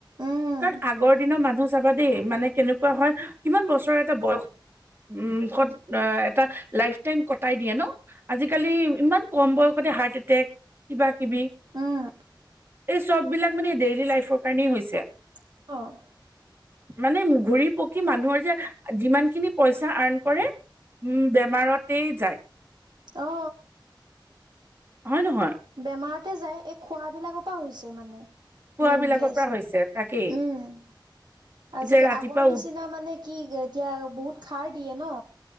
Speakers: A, on the right; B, on the right.
A: উম
B: কাৰণ আগৰ দিনৰ মানুহ চাবা দেই মানে কেনেকুৱা হয় কিমান বছৰ এটা বয়স <unintelligible> <unintelligible> এটা লাইফ টাইম কটাই দিয়ে ন' আজিকালি ইমান কম বয়সতে হাৰ্ট এটেক কিবা কিবি
A: উম
B: এই চব বিলাক মানে ডেইলি লাইফৰ কাৰণেই হৈছে
A: অ',
B: মানে ঘুৰি পকি মানুহৰ যে যিমান খিনি পইচা আৰ্ণ কৰে উম, বেমাৰতেই যায়।
A: অ
B: হয় নহয়?
A: বেমাৰতে যায় এই খোৱাবিলাকৰ পা হৈছে মানে।
B: খোৱাবিলাকৰ
A: মেইন গেছ
B: পৰা হৈছে তাকেই
A: উম আজিকা
B: যে ৰাতিপুৱা
A: আগৰ
B: উ
A: নিচিনা মানে কি এতিয়া বহুত খাৰ দিয়ে ন